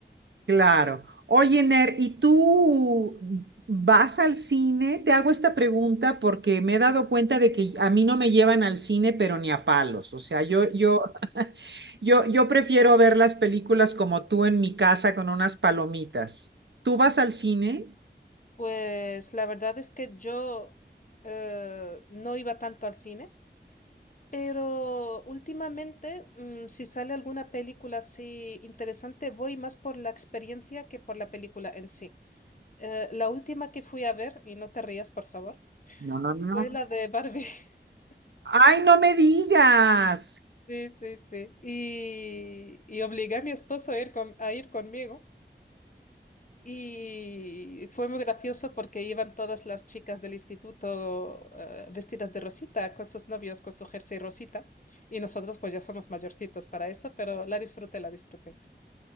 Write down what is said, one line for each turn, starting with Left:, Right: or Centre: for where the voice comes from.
Right: claro. Oye, Ner, ¿y tú vas al cine? Te hago esta pregunta porque me he dado cuenta de que a mí no me llevan al cine, pero ni a palos. O sea, yo, yo Yo, yo prefiero ver las películas como tú en mi casa con unas palomitas. ¿Tú vas al cine?
Left: Pues la verdad es que yo eh, no iba tanto al cine Pero últimamente, mm, si sale alguna película así interesante, voy más por la experiencia que por la película en sí. Eh, la última que fui a ver, y no te rías, por favor,
Right: No, no, no, no.
Left: fue la de Barbie. <laughs>
Right: Ay, no me digas,
Left: Sí, sí, sí. Y, y obligué a mi esposo a ir, con- a ir conmigo. Y fue muy gracioso porque iban todas las chicas del instituto, eh, vestidas de rosita, con sus novios, con su jersey rosita. Y nosotros pues ya somos mayorcitos para eso, pero la disfruté, la disfruté.